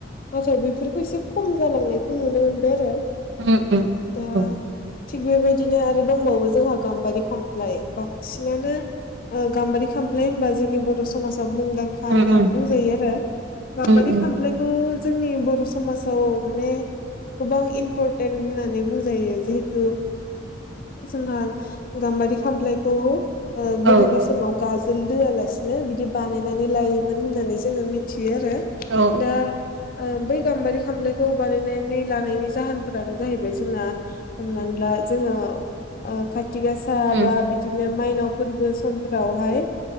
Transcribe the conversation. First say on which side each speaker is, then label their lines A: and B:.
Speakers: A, on the left; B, on the right.
A: नाथाय बेफोरखौ एसे खम जालांनायखौ नुनो मोनबाय आरो
B: उम उम औ
A: दा
B: औ उम औ
A: थिग बेबायदिनो आरो दंबावो जोंहा गाम्बारि खामफ्लाय बांसिनानो ओ गाम्बारि खामफ्लाय होमबा जोंनि बर' समाजा मुंदां खाननानै
B: उम उम
A: बुंजायो आरो। गाम्बारि
B: उम उम
A: खामफ्लाय खौ जोंनि बर' समाजाव माने गोबां इमपर तेन होननानै बुंजायो जिहेतु जोंहा गाम्बारि खाम्लायखौ ओ
B: औ
A: गोदोनि
B: औ
A: समाव गाजोल दोआलासिनो बिदि बानायनानै लायो होननानै जोङो मिथि आरो
B: औ
A: दा ओ बै गाम्बारि खामलायखौ बानायनानै लानायनि जाहोनफोरानो जाहैबाय जोंना हमनानै ला जोङो ओ काथि गासा
B: उम
A: बा बिदिनो मायनाव फोरबो समफोरावहाय